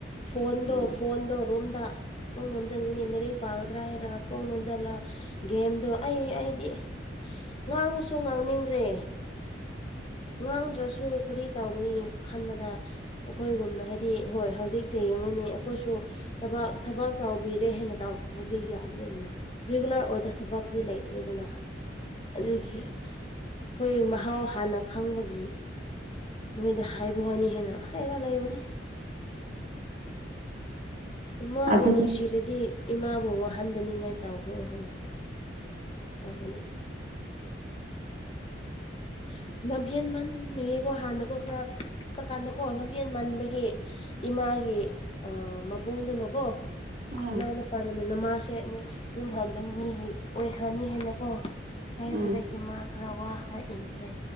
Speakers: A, on the left; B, on the right.
A: ꯐꯣꯟꯗꯣ
B: ꯎꯝ
A: ꯐꯣꯟꯗꯣ ꯔꯣꯝꯗ ꯊꯣꯡ ꯂꯣꯟꯁꯤꯟꯈꯤꯅꯤ ꯂꯥꯏꯔꯤꯛ ꯄꯥꯒꯗ꯭ꯔꯥ ꯍꯥꯏꯔꯒ ꯊꯣꯡ ꯂꯣꯟ ꯗꯅ ꯒꯦꯝꯗꯣ ꯑꯩ ꯑꯩꯗꯤ ꯉꯥꯡꯉꯨꯁꯨ ꯉꯥꯡꯅꯤꯡꯗ꯭ꯔꯦ ꯉꯥꯡꯗ꯭ꯔꯁꯨ ꯀꯔꯤ ꯇꯧꯒꯅꯤ ꯍꯟꯕꯗ ꯑꯩꯈꯣꯏꯒꯨꯝꯅ ꯍꯥꯏꯗꯤ ꯍꯣꯏ ꯍꯧꯖꯤꯛꯁꯦ ꯌꯦꯡꯉꯣꯅꯦ ꯑꯩꯈꯣꯏꯁꯨ ꯊꯕ ꯊꯕꯛ ꯇꯧꯕꯤꯔꯦ ꯍꯥꯏꯅ ꯇꯧ ꯍꯧꯖꯤꯛ ꯌꯥꯗ꯭ꯔꯦꯗꯅ ꯔꯤꯒꯨꯂꯔ ꯑꯣꯏꯗ ꯊꯕꯛꯇꯤ ꯂꯩꯈ꯭ꯔꯦꯗꯅ ꯑꯗꯨꯒꯤ ꯑꯩꯈꯣꯏ ꯃꯍꯥꯎ ꯍꯥꯟꯅ ꯈꯪꯕꯒꯤ ꯅꯣꯏꯗ ꯍꯥꯏꯕ ꯋꯥꯅꯤ ꯍꯦꯟꯅ ꯍꯥꯏꯔ ꯂꯩꯕꯅꯤ ꯏꯃꯥꯕꯨ
B: ꯑꯗꯨꯅꯤ
A: ꯅꯨꯡꯁꯤꯔꯗꯤ ꯏꯃꯥꯕꯨ ꯋꯥꯍꯟꯗꯅꯤꯉꯥꯏ ꯇꯧꯈ꯭ꯔꯣ ꯍꯥꯏꯅ ꯇꯒꯅꯤ <unintelligible> ꯂꯝꯍꯦꯟ ꯃꯟꯕꯒꯤꯀꯣ ꯍꯥꯟꯅꯒꯣ ꯈꯔ ꯄꯤꯛꯄ ꯀꯥꯟꯗꯀꯣ ꯂꯝꯍꯦꯟ ꯃꯟꯥꯟꯕꯒꯤ ꯏꯃꯥꯒꯤ ꯃꯕꯨꯡꯗꯨꯅꯀꯣ
B: ꯎꯝ
A: ꯑꯅꯥꯎ ꯅꯨꯄꯥꯗꯅ ꯅꯃꯥꯁꯦ ꯑꯃꯨꯛ ꯌꯨꯝ ꯍꯟꯕ ꯃꯤꯒꯤ ꯑꯣꯏꯈ꯭ꯔꯅꯤ ꯍꯥꯏꯅꯀꯣ ꯍꯥꯏꯕꯗꯒꯤ
B: ꯎꯝ
A: ꯃꯥ ꯈꯔ ꯋꯥ ꯈꯔ ꯏꯟꯈ꯭ꯔꯦ